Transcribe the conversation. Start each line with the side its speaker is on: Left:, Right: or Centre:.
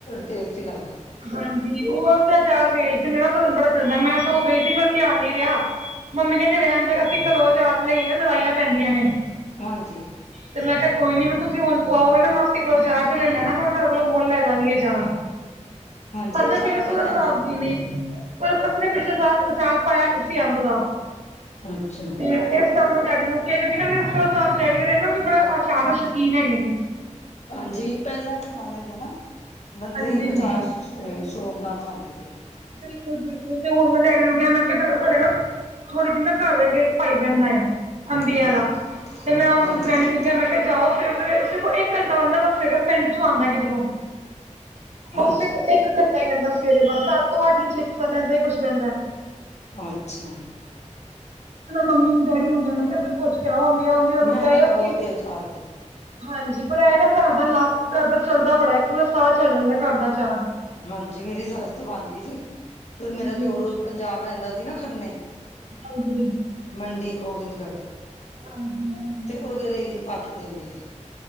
Left: ਟੇਸਟੀ ਲੱਗਦਾ।
Right: ਹਾਂਜੀ ਉਹ ਅਭਿਆਚਾਰ ਵੇਚਦੇ ਨੇ ਨਾ ਬੜਾ ਚੱਲਦਾ, ਮੈਂ ਤਾਂ ਉਹ ਗਈ ਸੀ, ਧਿਆਨ ਨੀ ਰਿਹਾ। ਮੰਮੀ ਕਹਿੰਦੇ ਰਹਿਣ ਦੋ ਅਸੀਂ ਘਰੋਂ ਅਚਾਰ ਲਈ ਨਾ ਲੜਾਈਆਂ ਪੈਂਦੀਆਂ ਨੇ,
Left: ਹਾਂਜੀ,
Right: ਤੇ ਮੈਂ ਕਿਹਾ, ਕੋਈ ਨੀ ਮੈਂ ਤੁਸੀਂ ਹੁਣ ਕਓਗੇ, ਨਾ ਮਾਸੀ ਕੋਲੋਂ ਅਚਾਰ ਤੇ ਲੈ ਲੈਣਾ ਫਿਰ ਮੈਂ ਤੁਹਾਡੇ ਮੁੱਲ ਲੈ ਜਾਗੀ ਅਚਾਰ
Left: ਹਾਂਜੀ
Right: ਪੱਦਾ
Left: ਅਚਾਰ
Right: ਮੇਰਾ ਸਹਰਾ
Left: ਤਾਂ ਕਹਿੰਦੇ
Right: ਸਾਫ਼ ਵੀ ਨੇ, ਪਰ ਪੱਖੇ ਨੇ ਪਿਛਲੇ ਸਾਲ ਅਚਾਰ ਪਾਇਆ ਨ ਅੰਬ ਦਾ
Left: ਅੱਛਾ
Right: ਤੇ ਇਹ, ਸ ਕੈੜ ਨੂੰ ਕਿਆ, ਕਿਉਂਕਿ ਨਾ ਮੇਰੇ ਸੈੜ ਜਿਹੜੇ ਨਾ ਉਹ ਵੀ ਬੜੇ ਆਸ਼ਾਨ ਸ਼ੌਕੀਨ ਹੈਗੇ ਨੇ,
Left: ਹਾਂਜੀ ਪਹਿਲਾਂ ਜ਼ਮਾਨੇ ਦੇ ਨਾ ਬੰਦੇ
Right: ਹਾਂਜੀ।
Left: ਅਚਾਰ ਸ਼ੌਂਕ ਨਾਲ ਖਾਂਦੇ ਸੀਗੇ।
Right: ਬਿਲਕੁਲ, ਬਿਲਕੁਲ ਤੇ ਹੁਣ ਮੈਂ ਡੈਡੀ ਨੂੰ ਕਿਹਾ, ਮੈਂ ਕਿੱਧਰੋਂ ਸਾਡੇ ਨਾ ਥੋੜੀ ਜੀ ਨਾ ਘਰ ਲਾਗੇ। ਭਾਈ ਬਹਿੰਦਾ ਆ ਅੰਬੀਆਂ
Left: ਅੱਛਾ।
Right: ਦਾ ਤੇ ਮੈਂ ਉਹਨੂੰ
Left: ਹਾਂਜੀ,
Right: ਡੇਡੀ ਨੂੰ ਮੈਂ ਕਿਹਾ ਜਾਓ ਫਿਰ, ਫਿਰ ਇੱਕ ਘੰਟਾ ਬੰਦਾ ਬਸ ਫਿਰ ਉਹ ਪਿੰਡ ਚੋਂ ਆਉਂਦਾ ਕਿਧਰੋਂ,
Left: ਹਾਂਜੀ
Right: ਉਹ ਸਿਰਫ ਇੱਕ ਘੰਟਾ ਹੀ ਹੂੰਦਾ, ਸਵੇਰੇ ਬਸ ਸੱਤ ਤੋਂ ਅੱਠ ਛੇ ਤੋਂ ਸੱਤ ਈ ਹੀ ਕੁਛ ਪਹਿੰਦਾ।
Left: ਅੱਛਾ,
Right: ਮੈਂ ਮੰਮੀ ਨੂੰ ਡੈਡੀ ਨੂੰ ਕਹਿ ਮੈਂ ਕਿਹਾ, ਇੱਧਰ ਕੁੱਛ ਕਹਿ ਅਬੀ ਅਬੀ ਉਹਨੂੰ
Left: ਮਿਹਨਤ
Right: ਕਹਿਓ
Left: ਬਹੁਤ
Right: ਕਿ
Left: ਏ ਅਚਾਰ ਦੀ।
Right: ਹਾਂਜੀ ਪਰ ਇਹ ਨਾ ਘਰ ਦਾ ਲਾ ਘਰ ਦਾ ਚੱਲਦਾ ਬੜਾ ਹੈ, ਪੂਰਾ ਸਾਲ ਚੱਲ ਜਾਂਦਾ ਘਰ ਦਾ ਚਾਰ
Left: ਹਾਂਜੀ ਮੇਰੀ ਸੱਸ ਬਣਦੀ ਸੀ, ਫਿਰ ਮੇਰਾ
Right: ਬਿਲਕੁਲ
Left: ਦਿਓਰ ਪੰਜਾਬ ਰਹਿੰਦਾ ਸੀ ਨਾ ਖੰਨੇ।
Right: ਹਾਂਜੀ
Left: ਮੰਡੀ ਗੋਵਿੰਦਗੜ੍ਹ,
Right: ਹਾਂਜੀ,
Left: ਤੇ ਉਹਦੇ ਲਈ ਵੀ ਪਾ ਕੇ ਦਿੰਦੀ ਆ।